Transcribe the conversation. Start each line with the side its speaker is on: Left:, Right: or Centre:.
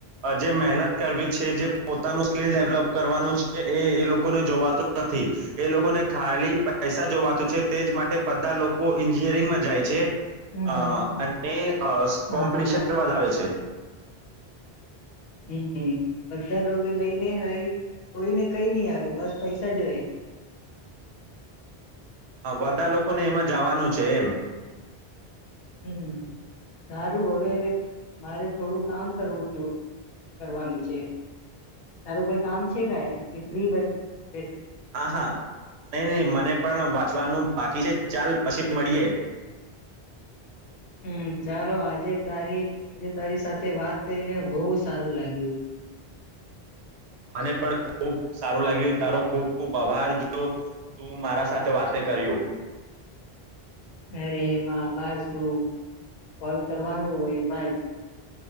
Right: જે મહેનત કરવી છે જે પોતાનું સ્કીલ ડેવલોપ કરવાનું છે એ એ લોકોને જોવાતું નથી. એ લોકોને ખાલી પૈસા જોવાતું છે તેજ માટે બધા લોકો એન્જિનિયરિંગમાં જાય છે.
Left: હા
Right: અ અને અ કોમ્પિટિશન
Left: હા
Right: વધાવે છે.
Left: હમ્મ, બધા લોકો લઈને કોઈને કઈ ની આવે બસ પૈસા જોવે.
Right: હા બધા લોકોને એમાં જવાનું છે એમ.
Left: હમ્મ, સારું હવે મારે થોડું કામ કરવું જો કરવાનું છે સારું કોઈ કામ છે કઈ કે ફ્રી બ
Right: હા હા નહી નહી મને પણ વાંચવાનું બાકી છે. ચાલ પછી મળીએે.
Left: હમ્મ, ચાલો આજે તારી આજે તારી સાથે વાત કરીને બહુ સારું લાગ્યું.
Right: મને પણ ખુબ સારું લાગ્યું. તારો ખૂબ ખૂબ આભાર જો તું મારા સાથે વાતે કર્યું.
Left: અરે એમાં બાર શું કોલ કરવાનું હોય એમાં જ